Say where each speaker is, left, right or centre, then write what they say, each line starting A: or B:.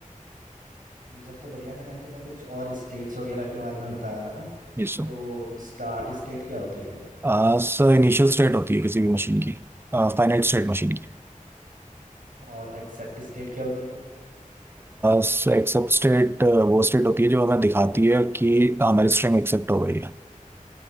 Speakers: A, on the right (about 75°); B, on the right (about 15°).
A: ये सब तो बढ़िया मैंने तुम्हें कुछ और स्टेट्स वगैरह के बारे में बताया था ना
B: Yes
A: तो स्टार्ट स्टेट क्या होती है
B: Sir sir initial state होती है किसी भी मशीन की फाइनाइट स्टेट मशीन की
A: और एक्सेप्ट स्टेट क्या होती है
B: सर एक्सेप्ट स्टेट वो स्टेट होती है जो हमें दिखाती है कि हमारी स्ट्रिंग एक्सेप्ट हो गई